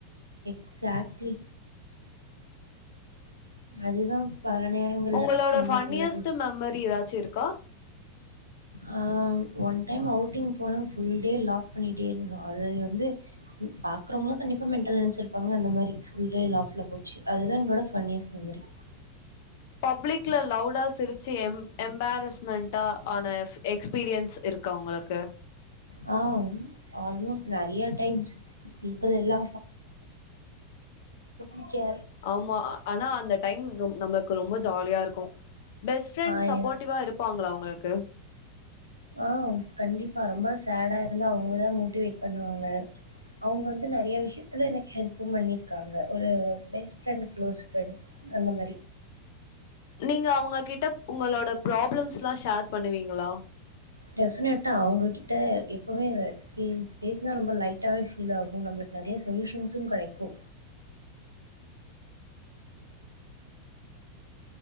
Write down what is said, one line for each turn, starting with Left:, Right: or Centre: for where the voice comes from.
Right: எக்ஸாட்லி அதுதான் பல நேரங்கள்ல
Left: உங்களோட
Right: நம்மளுக்கு
Left: ஃபன்னியஸ்ட்
Right: எதிரா
Left: மெமரி ஏதாச் சு இருக்கா
Right: ஆஹ் ஒன் டைம் அவுட்டிங் போன புல்டே லாஃப் பண்ணிட்டே இருந்தோம் அது வந்து பாக்குறவங்கள கண்டிப்பா மென்டல்ன்னு இருப்பாங்க அந்த மாதிரி ப்புல்டே லாஃப்ல போச்சு அதுதான் எங்கலோடா ஃபன்னியஸ்ட் மெமரி
Left: பப்ளிக்ல லவுடா சிரிச்சு எம் எம்பாரஸ்மெண்டான எஃப் எக்ஸ்பீரியன்ஸ் இருக்க உங்களுக்கு
Right: ஆ ஆல்மோஸ்ட் நெறைய டைம்ஸ் பீப்புள் எல்லா ஓகே
Left: ஆமா ஆனா அந்த டைம் நம்மளுக்கு ரொம்ப ஜாலியா இருக்கும் பெஸ்ட் ஃப்ரெண்ட்
Right: ஆ
Left: சப்போர்டிவா
Right: எஸ்
Left: இருப்பாங்களா உங்களு க்கு
Right: ஆ கண்டிப்பா ரொம்ப சேடா இருந்தா அவுங்கதா மோட்டிவேட் பண்ணுவாங்க அவுங்க வந்து நறைய விஷயத்துல எனக்கு ஹெல்ப்பு பண்ணிருக்காங்க ஒரு பெஸ்ட் ஃப்ரெண்ட் க்ளோஸ் ஃப்ரெண்ட் அந்த மாரி
Left: நீங்க அவங்க கிட்ட உங்களோட ப்ராப்ளம்ஸ்லா ஷேர் பண்ணுவீங்களா
Right: டெஃபினட்டா அவுங்ககிட்ட எப்பமே பீல் பேஸ்னா ரொம்ப லைட்டாவே ஃபீல் ஆகு நம்ளுக்கு நறையா சொல்யூஷன்ஸு கடைக்கு